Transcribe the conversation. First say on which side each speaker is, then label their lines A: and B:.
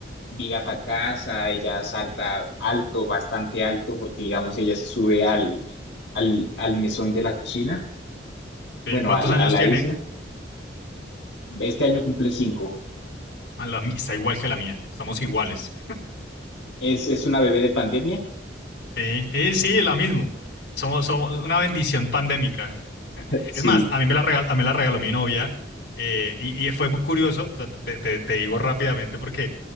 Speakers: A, on the left; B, on the left.
A: mi gata casa, ella salta alto, bastante alto, porque digamos, ella se sube al, al, al mesón de la cocina,
B: ¿Sí?
A: bueno,
B: ¿Cuántos
A: al-
B: años
A: a la
B: tiene?
A: isla. Este año cumple cinco.
B: A la mi- está igual que la mía. Estamos iguales.
A: Es, es una bebé de pandemia,
B: Sí, y sí, la mismo. Somos, somos una bendición pandémica.
A: sí.
B: Es más, a mí me la regaló, a mí me la regaló mi novia eh, y, y fue muy curioso, o sea, te, te- te- te digo rápidamente porque